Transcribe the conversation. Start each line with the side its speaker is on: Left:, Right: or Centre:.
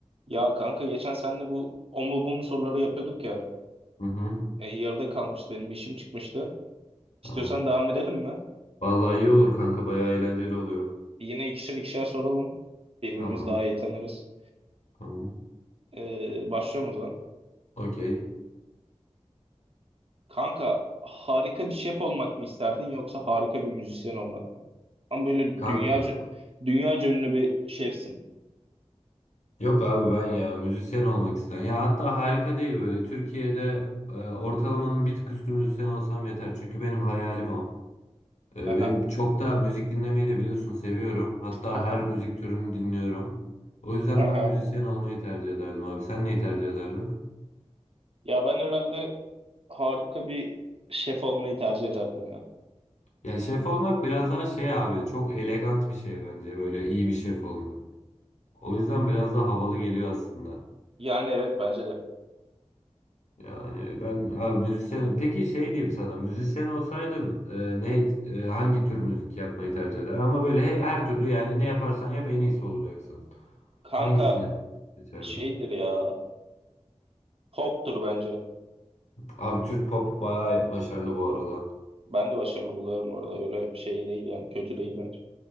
Right: Ya kanka geçen senle bu o mu bu mu soruları yapıyorduk ya.
Left: Hı hı,
Right: E, yarıda kalmıştı benim bir işim çıkmıştı.
Left: tamam.
Right: İstiyorsan devam edelim mi?
Left: Vallahi iyi olur kanka bayağı eğlenceli oluyor.
Right: E, Yine ikişer ikişer soralım. Birbirimizi
Left: Tamam
Right: daha iyi tanırız.
Left: tamam.
Right: E, başlıyorum o zaman.
Left: Okey.
Right: Kanka harika bir şef olmak mı isterdin yoksa harika bir müzisyen olmak mı? Ama böyle
Left: Kanka.
Right: dünyaca, dünyaca ünlü bir şefsin.
Left: Yok abi ben ya müzisyen olmak isterim. Ya hatta harika değil böyle. Türkiye'de e, ortalamanın bir tık üstü müzisyen olsam yeter. Çünkü benim hayalim o. E,
Right: Aha.
Left: benim çok da müzik dinlemeyi de biliyorsun seviyorum. Hatta
Right: Aha.
Left: her müzik türünü dinliyorum. O yüzden
Right: Aha.
Left: ben müzisyen olmayı tercih ederdim abi. Sen neyi tercih ederdin?
Right: Ya ben herhalde harika bir şef olmayı tercih ederdim ya.
Left: Ya şef olmak biraz daha şey abi çok elegant bir şey bence böyle iyi bir şef olmak. O yüzden biraz daha havalı geliyor aslında.
Right: Yani evet bence de.
Left: Yani ben ha, müzisyen. Peki şey diyeyim sana. Müzisyen olsaydın e, ne e, hangi tür müzik yapmayı tercih eder? Ama böyle he- her türlü yani ne yaparsan yap en iyisi olacaksın.
Right: Kanka
Left: Hangisini seçerdin?
Right: şeydir ya. Pop'tur bence.
Left: Abi Türk pop bayağı başarılı bu arada.
Right: Ben de başarılı buluyorum orada. Öyle şey değil yani. Kötü değil bence.